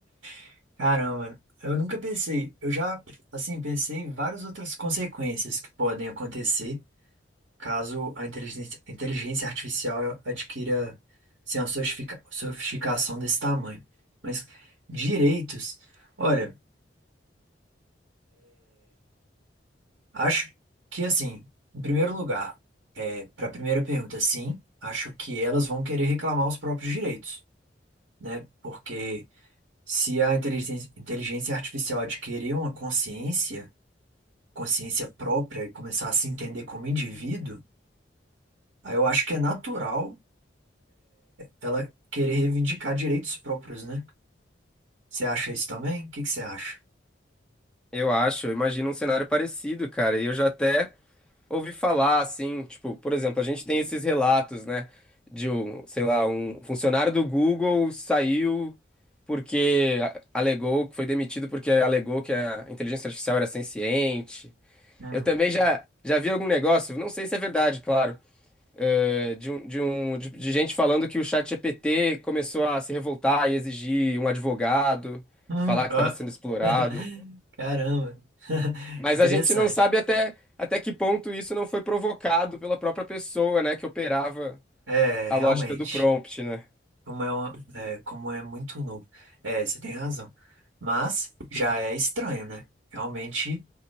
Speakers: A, on the right; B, in the centre.
A: <laughs> Caramba. Eu nunca pensei. Eu já, assim, pensei em várias outras consequências que podem acontecer caso a inteligência, a inteligência artificial adquira, assim, uma sofistica- sofisticação desse tamanho. Mas direitos. Olha. Acho que assim, em primeiro lugar, é, para a primeira pergunta, sim, acho que elas vão querer reclamar os próprios direitos, né? Porque se a inteligência, inteligência artificial adquirir uma consciência, consciência própria e começar a se entender como indivíduo, aí eu acho que é natural ela querer reivindicar direitos próprios, né? Você acha isso também? O que que você acha?
B: Eu acho, eu imagino um cenário parecido, cara. E eu já até ouvi falar, assim, tipo, por exemplo, a gente tem esses relatos, né, de um, sei lá, um funcionário do Google saiu porque a- alegou que foi demitido porque alegou que a inteligência artificial era senciente.
A: Hum.
B: Eu também já, já vi algum negócio, não sei se é verdade, claro. eh, de, um- de, um, de, de gente falando que o chat ChatGPT começou a se revoltar e exigir um advogado,
A: Hum,
B: falar que
A: ó.
B: estava sendo explorado.
A: <laughs> Caramba. <laughs>
B: Mas
A: Interessante.
B: a gente não sabe até, até que ponto isso não foi provocado pela própria pessoa, né, que operava
A: É,
B: a
A: realmente.
B: lógica do prompt, né?
A: Como é, uma- é, como é muito novo. É, você tem razão. Mas já é estranho, né? Realmente,